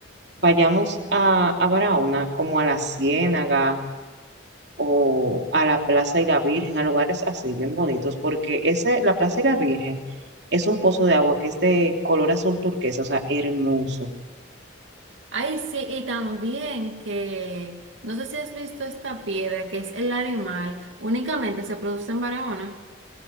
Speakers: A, on the right; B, on the right.
A: vayamos a, a Barahona, como a la Ciénaga o a la Plaza y la Virgen, a lugares así bien bonitos, porque ese, la Plaza y la Virgen es un pozo de agua que es de color azul turquesa, o sea, hermoso.
B: Ay, sí, y también que no sé si has visto esta piedra que es el animal, únicamente se produce en Barahona.